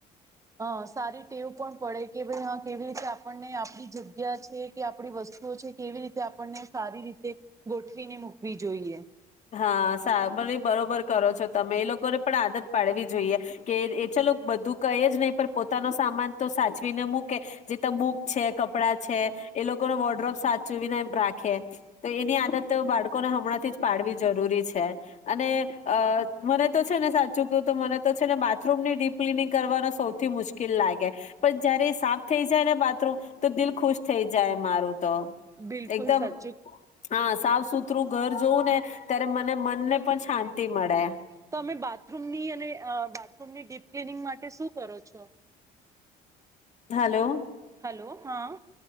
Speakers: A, on the right; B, on the left.
A: હ સારી ટેવું પણ પડે કે ભાઈ હા કેવી રીતે આપણને આપડી જગ્યા છે કે આપણી વસ્તુઓ છે. કેવી રીતે આપણને સારી રીતે ગોઠવીને મૂકવી જોઈએ.
B: હા સાભળ બરોબર કરો છો તમે એ લોકોને પણ આદત પાડવી જોઈએ કે એ ચલો બધું કય જ નહીં પણ પોતાનો સામાન તો સાચવીને મૂકે. જે બુક છે. કપડા છે એ લોકો વોર્ડ્રોપ સા ચૂવી ના એમ રાખે. તો એની આદત તો બાળકોને હમણાંથી જ પાડવી જરૂરી છે. અને અ મને તો છે ને સાચું કું તો મને તો છે ને બાથરૂમ ની ડીપ ક્લીનિંગ કરવાનો સૌથી મુશ્કેલ લાગે પણ જયારે એ સાફ થઈ જાય ને બાથરૂમ તો દિલ ખુશ થઈ જાય મારું. તો
A: બિલકુલ
B: એકદમ
A: સાચું
B: હા સાફ સુથરું ઘર ને ત્યારે મને મનને પણ શાંતિ મળે.
A: તમે બાથરૂમની અને બાથરૂમની ડીપ ક્લીનિંગ માટે શું કરો છો.
B: હલો.
A: હલો હા.